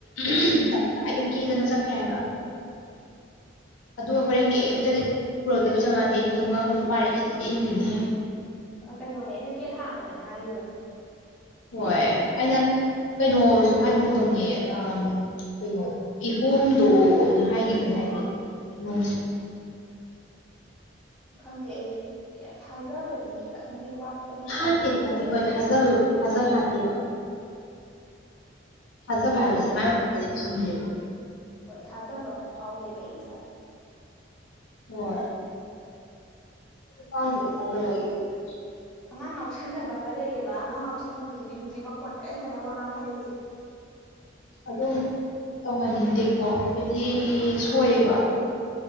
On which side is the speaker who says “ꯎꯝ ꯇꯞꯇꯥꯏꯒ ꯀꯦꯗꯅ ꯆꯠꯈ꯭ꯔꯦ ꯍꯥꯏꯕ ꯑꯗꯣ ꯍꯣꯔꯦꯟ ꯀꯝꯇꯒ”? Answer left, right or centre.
Left